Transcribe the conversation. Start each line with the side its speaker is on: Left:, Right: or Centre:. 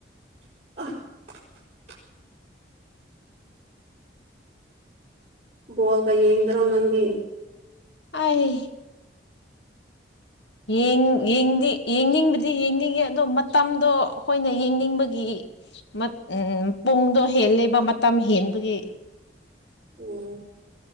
Right: <inaudible> ꯕꯣꯜꯒ ꯌꯦꯡꯗꯔꯣ ꯅꯪꯗꯤ
Left: ꯑꯥꯏ ꯌꯦꯡ ꯌꯦꯡꯗꯤ ꯌꯦꯡꯅꯤꯡꯕꯗꯤ ꯌꯦꯡꯅꯤꯡꯉꯦ ꯑꯗꯣ ꯃꯇꯝꯗꯣ ꯑꯈꯣꯏꯅ ꯌꯦꯡꯅꯤꯡꯕꯒꯤ ꯃꯠ ꯎꯝ ꯄꯨꯡꯗꯣ ꯍꯦꯜꯂꯦꯕ ꯃꯇꯝ ꯍꯦꯟꯕꯒꯤ
Right: ꯎꯝ